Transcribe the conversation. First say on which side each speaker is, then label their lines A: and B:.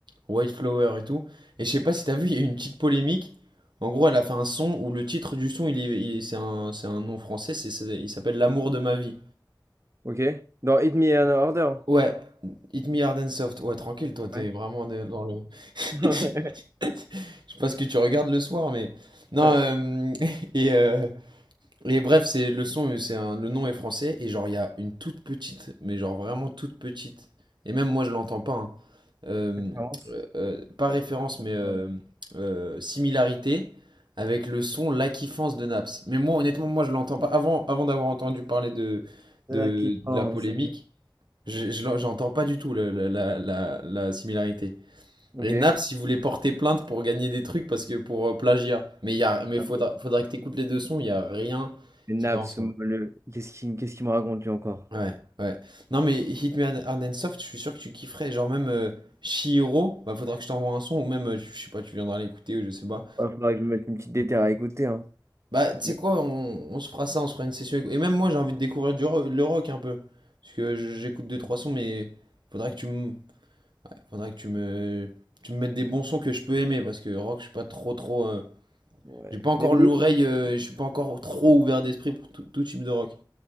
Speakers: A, on the right; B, on the right.
A: White Flower et tout. Et je sais pas si t'as vu, il y a eu une petite polémique. En gros, elle a fait un son où le titre du son, il est, il est- c'est un, c'est un nom français, c'est, ça- il s'appelle L'amour de ma vie.
B: Ok. Dans Hit Me in Order.
A: Ouais, Hit Me Hard and Soft. Ouais, tranquille, toi, t'es
B: Ouais.
A: vraiment de- dans le.
B: <laughs>
A: <laughs> Je sais pas ce que tu regardes le soir, mais. Non,
B: Euh,
A: euh, <laughs> et, euh, Et bref, c'est le son, c'est un- le nom est français et genre il y a une toute petite, mais genre vraiment toute petite. Et même moi je l'entends pas. hein. Euh,
B: préférence.
A: euh, euh, pas référence, mais euh,
B: Euh,
A: euh, similarité avec le son La Kiffance de Naps. Mais moi honnêtement, moi je l'entends pas. Avant, avant d'avoir entendu parler de,
B: C'est
A: de,
B: là qui pense.
A: de la polémique, je, je l'en- j'entends pas du tout le- la, la, la, la similarité.
B: Ok.
A: Les nappes, si vous voulez porter plainte pour gagner des trucs, parce que pour euh, plagiat. Mais il y a, mais
B: Ah
A: faudra,
B: ben,
A: faudra que t'écoutes les deux sons, il y a rien
B: Les naps,
A: qui va ensemble.
B: moi, le... qu'est-ce qu'il qu'est-ce qu'il me raconte lui encore?
A: Ouais, ouais. Non, mais Hit Me Hard Hard and Soft, je suis sûr que tu kifferais. Genre même euh, Chihiro, bah faudra que je t'envoie un son, ou même, euh, je sais pas, tu viendras l'écouter, ou je sais pas.
B: Il faudrait que je me mette une petite déterre à écouter. Hein.
A: Bah, tu
B: Mais,
A: sais quoi, on, on se fera ça, on se fera une session. éco- Et même moi, j'ai envie de découvrir du ro- le rock un peu. Parce que je- j'écoute deux, trois sons, mais faudra que tu me, faudra que tu me, tu me mettes des bons sons que je peux aimer, parce que rock, je suis pas trop, trop... euh,
B: ouais.
A: J'ai pas encore
B: Mais, mais-
A: l'oreille, euh, je suis pas encore trop ouvert d'esprit pour tout, tout type de rock.